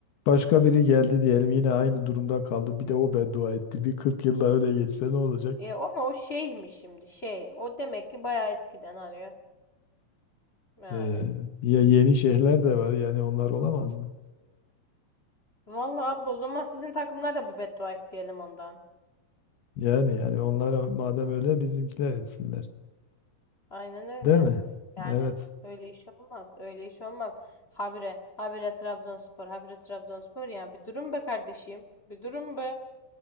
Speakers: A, on the left; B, on the left.
A: Başka biri geldi diyelim yine aynı durumda kaldı. Bir de o beddua etti. Bir 40 yılda öyle geçse ne olacak?
B: E, ama o şeymiş şimdi şey. O demek ki bayağı eskiden hani. Yani.
A: Ee, ya yeni şeyler de var yani onlar olamaz mı?
B: Vallahi abi, o zaman sizin takımlar da bir beddua isteyelim ondan.
A: Yani yani onlara madem öyle bizimkiler etsinler.
B: Aynen öyle.
A: Değil mi?
B: Yani
A: Evet,
B: öyle iş olmaz. Öyle iş olmaz. Habire, habire Trabzonspor, habire Trabzonspor. Yani bir durum be kardeşim. Bir durum be.